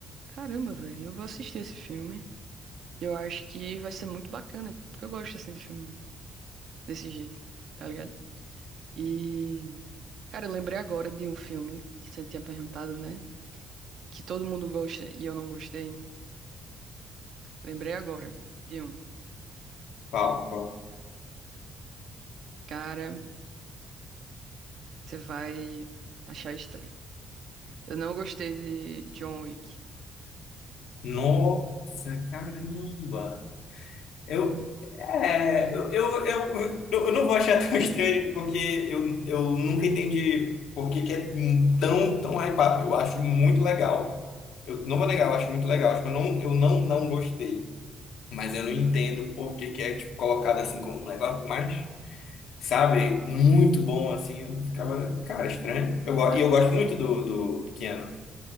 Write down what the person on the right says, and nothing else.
Caramba, velho, eu vou assistir esse filme. E Eu acho que vai ser muito bacana, porque eu gosto assim de filme desse jeito, tá ligado? E, cara, eu lembrei agora de um filme que você tinha perguntado, né? Que todo mundo gosta e eu não gostei. Lembrei agora de um.
Cara, você vai achar estranho. Eu não gostei de John Wick.
Ah,